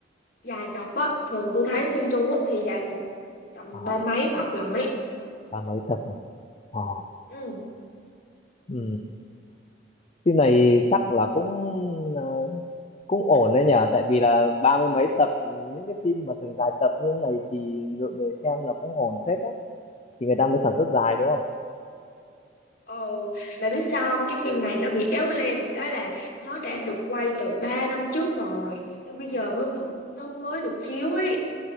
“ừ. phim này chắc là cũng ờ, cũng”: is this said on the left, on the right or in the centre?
Left